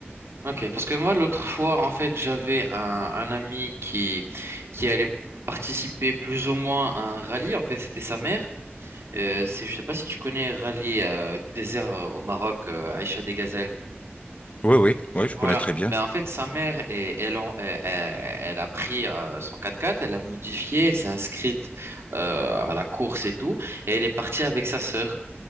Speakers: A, on the right (about 80°); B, on the left (about 30°).
A: Ok, parce que moi, l'autre fois, en fait, j'avais un, un ami qui, qui allait participer plus ou moins à un rallye. En fait, c'était sa mère. Euh, c'est, je sais pas si tu connais Rallye euh, du désert euh, au Maroc, euh, Aïcha des Gazelles.
B: Oui, oui, oui, je
A: Voilà.
B: connais très bien.
A: Mais en fait, sa mère, est- elle, en- elle, elle- elle a pris euh, son quatre quatre elle a modifié, elle s'est inscrite euh, à la course et tout, et elle est partie avec sa sœur.